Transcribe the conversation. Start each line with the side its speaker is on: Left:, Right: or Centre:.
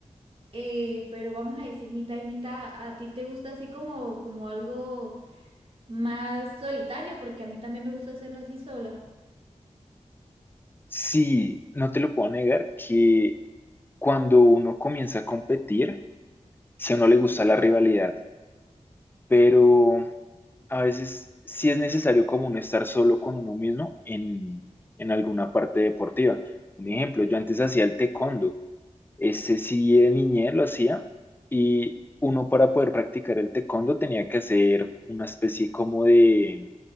Right: eh, pero vamos a decir mitad y mitad. ¿A ti te gusta así como, como algo más solitario? Porque a mí también me gusta hacerlo así sola.
Left: Sí, no te lo puedo negar que cuando uno comienza a competir, si a uno le gusta la rivalidad, pero... a veces sí es necesario como uno estar solo con uno mismo en, en alguna parte deportiva. Un ejemplo, yo antes hacía el taekwondo, ese sí de niñez lo hacía y uno para poder practicar el taekwondo tenía que hacer una especie como de,